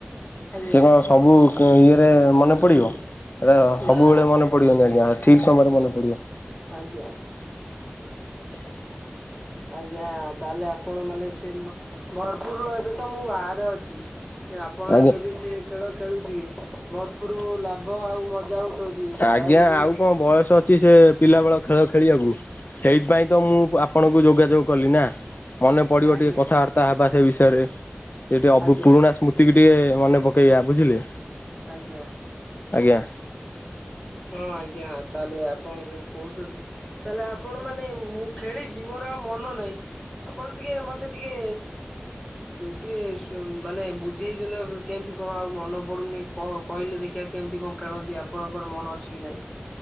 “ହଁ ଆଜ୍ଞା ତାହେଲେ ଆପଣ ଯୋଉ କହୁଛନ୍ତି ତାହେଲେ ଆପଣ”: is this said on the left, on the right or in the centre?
Left